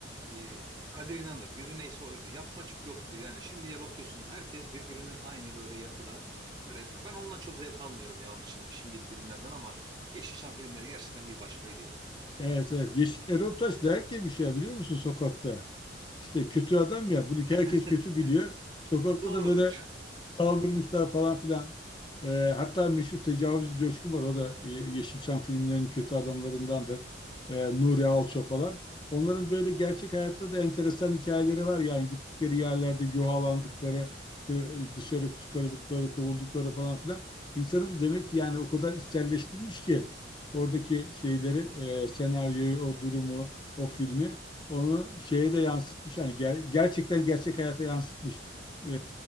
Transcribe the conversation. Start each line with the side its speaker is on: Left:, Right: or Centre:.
Right: Ee, Kadir İnanır yüzü neyse oydu. Yapmacık yoktu. Yani şimdiye bakıyorsun herkes birbirinin aynı böyle yapıda. Böyle ben ondan çok zevk almıyorum ya onun için şimdiki filmlerden ama Yeşilçam filmleri gerçekten bir başkaydı ya.
Left: Evet evet. Yeş Erol Taş dayak yemiş ya biliyor musun sokakta? İşte kötü adam ya. Bunu herkes
Right: <laughs>
Left: kötü biliyor. Sokakta
Right: Doğrudur.
Left: da böyle Kaldırmışlar falan filan. Ee, hatta meşhur tecavüzcü Coşkun var. O da e, Yeşilçam filmlerinin kötü adamlarındandır. Ee, Nuri Alço falan. Onların böyle gerçek hayatta da enteresan hikayeleri var. Yani gittikleri yerlerde yuhalandıkları, işte dışarı çıkarıldıkları, kovuldukları falan filan. İnsanımız demek ki yani o kadar içselleştirmiş ki oradaki şeyleri, e, senaryoyu, o durumu, o filmi onu şeye de yansıtmış. Yani ger- gerçekten gerçek hayata yansıtmış e,